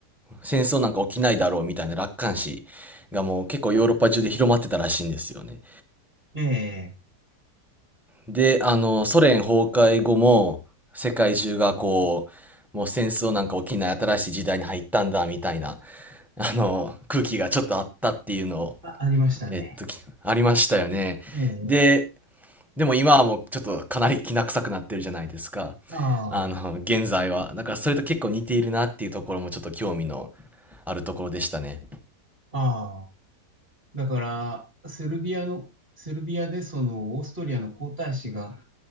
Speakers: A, in the centre; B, on the right.
A: 戦争なんか起きないだろうみたいな楽観視がもう結構ヨーロッパ中で広まってたらしいんですよね。
B: ええ
A: で、あの、ソ連崩壊後も、世界中がこう、もう戦争なんか起きない新しい時代に入ったんだ、みたいな、<laughs> あの、空気がちょっとあったっていうのを、
B: あ、ありましたね。
A: えっと、きありましたよね。
B: ええ
A: で、でも今はもうちょっとかなりきな臭くなってるじゃないですか。
B: ああ、
A: あの、現在は。だからそれと結構似ているなっていうところもちょっと興味のあるところでしたね。
B: ああ。だから、セルビアの、セルビアでその、オーストリアの皇太子が、